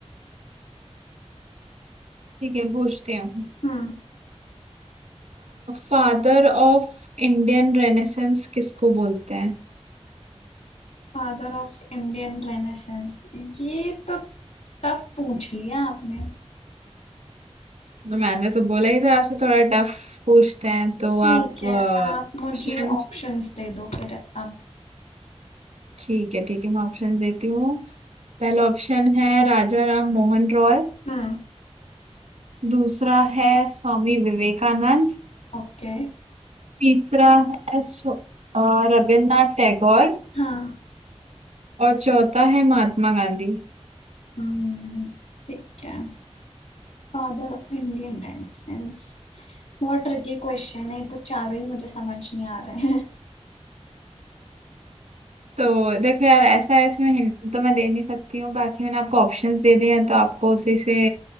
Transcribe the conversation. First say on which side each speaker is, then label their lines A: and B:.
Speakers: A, on the right; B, on the left.
A: ठीक है पूछती हूँ
B: हम्म
A: फादर ऑफ इंडियन रेनेसेंस किसको बोलते हैं
B: फादर ऑफ इंडियन रेनेसेंस ये तो टफ पूछ लिया आपने
A: तो मैंने तो बोला ही था आपसे थोड़ा टफ पूछते हैं तो
B: ठीक
A: आप
B: है
A: ऑप्शन
B: आप मुझे ऑप्शंस दे दो फिर अब
A: ठीक है ठीक है मैं ऑप्शन देती हूँ पहला ऑप्शन है राजा राम मोहन रॉय
B: हम्म
A: दूसरा है स्वामी विवेकानंद
B: ओके
A: तीसरा है स्व- अ, रविन्द्रनाथ टैगोर
B: हाँ
A: और चौथा है महात्मा गांधी
B: हम्म ठीक है फादर ऑफ इंडियन रेनेसेंस बहुत ट्रिकी क्वेश्चन है तो चारों ही मुझे समझ नहीं आ रहे हैं
A: तो देखो यार ऐसा है इसमें हिंट तो मैं दे नहीं सकती हूँ बाकी मैंने आपको ऑप्शंस दे दिए हैं तो आपको उसी से